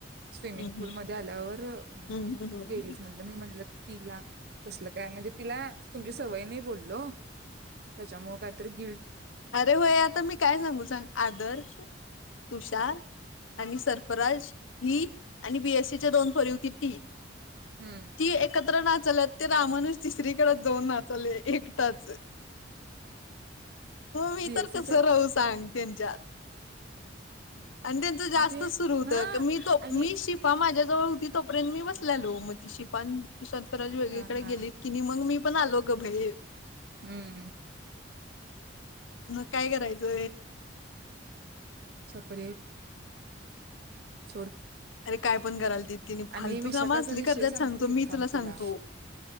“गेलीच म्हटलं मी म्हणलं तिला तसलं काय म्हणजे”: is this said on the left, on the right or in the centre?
Right